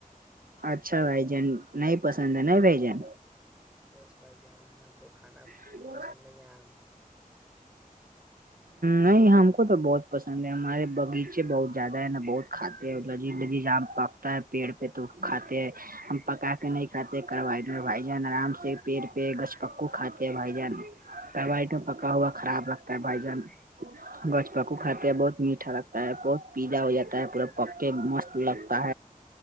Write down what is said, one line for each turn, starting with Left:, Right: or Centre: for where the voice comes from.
Right: اچھا بھائی جان نہیں پسند ہے ن بھ جان
Centre: بس بھائی جان ہم کو کھانا
Right: ہوں
Centre: پسند نہیں ہے آم
Right: نہیں ہم کو تو بہت پسند ہے ہمارے بغیچے بہت زیادہ ہے نا بہت کاتے ہیں لی لیجام پ تا ہے پیڑ پہ تو کھاتے ہیں ہم پکا کے نہیں کھاتے کروا بھائی جان آرام سے پیڑ پہ گچ پکو کاتے بھائی جنبٹ پکا ہوا خراب لگتا ہے بھائی جن گچ پکو کھاتے بہت میٹھا لگتا ہے بہت پیلاا ہو جاتا ہے پورا پکے مست لگ ت